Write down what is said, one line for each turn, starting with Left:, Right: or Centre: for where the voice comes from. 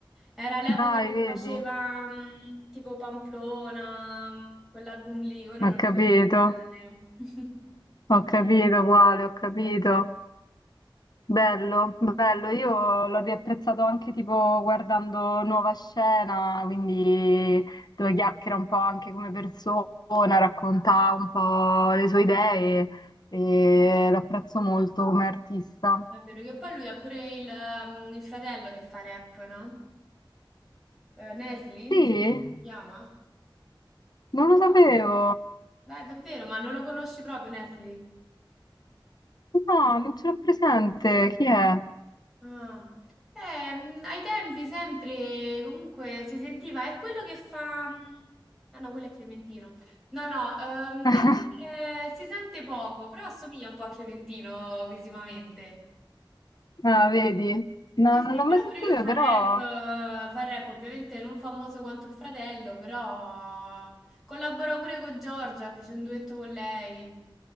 Centre: Era l'epoca
Left: Dai,
Centre: che
Left: vedi?
Centre: faceva mm, tipo Pamplona, mm, quell'album lì, ora non
Left: Ho
Centre: ricordo
Left: capito.
Centre: bene. <laughs>
Left: Ho capito, quale, ho capito. Bello, bello. Io l'ho riapprezzato anche tipo guardando Nuova Scena, quindi dove chiacchiera un po' anche come persona, racconta un po' le sue idee e lo apprezzo molto come artista.
Centre: È vero che poi lui ha pure il, mm, il fratello che fa rap, no? Eh, Nesli,
Left: Sì,
Centre: mi si chiama?
Left: non lo sapevo.
Centre: Dai, davvero, ma non lo conosci proprio Nesli?
Left: No, non ce l'ho presente. Chi è?
Centre: Ah. Eh, mh, ai tempi sempre comunque si sentiva, è quello che fa... Ah no, quello è Clementino. No, no, ehm,
Left: <laughs>
Centre: eh, si, eh, si sente poco, però assomiglia un po' a Clementino visivamente.
Left: Ah, vedi? No,
Centre: Sì, sì,
Left: non l'ho
Centre: però
Left: mai sentito,
Centre: pure lui fa
Left: però
Centre: rap, eh, fa rap ovviamente non famoso quanto il fratello, però collaborò pure con Giorgia, fece un duetto con lei.